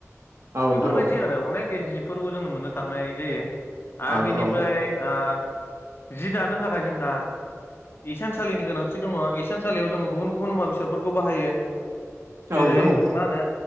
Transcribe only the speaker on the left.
बेफोरबायदि
आरो अनेक जिफोरखौ जोंनो मोननो थांनाय जायो। आरो
बिनिफ्राय
ओ जि दानो थाखाय जोंहा इसानसालिनि गोनांथि दङ इसानसालियाव जोङो गुबुन गुबुन मुवा बेसादफोरखौ बाहायो।
जेरै
मा होनो